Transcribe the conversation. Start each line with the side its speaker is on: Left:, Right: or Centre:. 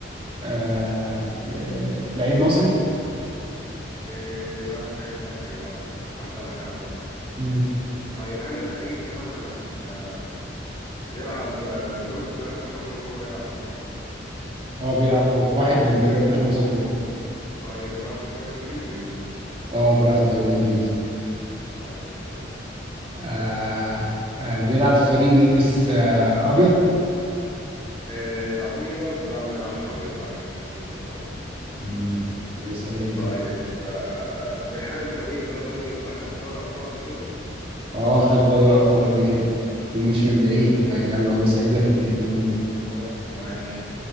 Right: آه، آه، لعيب مصري
Left: إيه لا مش لعيب مصري لا هسألك انا بقى
Right: مم.
Left: طيب هل اللعيب ده مثلا آه، بيلعب آه، انت قلت الدوريات الخمسة الكبرى يلعب فيهم
Right: اه بيلعب في في واحد من الدوريات الخمسة الكبرى
Left: طيب بيلعب في الدوري الانجليزي؟
Right: اه بيلعب في الدوري الإنجليزي
Left: طيب ماشي هسأل
Right: آه آه بيلعب في فريق بيلبس آه أبيض
Left: إيه ابيض لا ما بيلعبش ابيض لا ما بيلعبش- ما بيلبسش ابيض
Right: امم بيسأل أنت
Left: طيب آه، هل الفريق ده طيب اخد دوري ابطال قبل كده؟
Right: اه خد دوري أبطال قبل كده ومش
Left: حلو
Right: من بعيد
Left: ماشي
Right: كمان يلا هو سهل لك الد- الأمور
Left: اوبا ماشي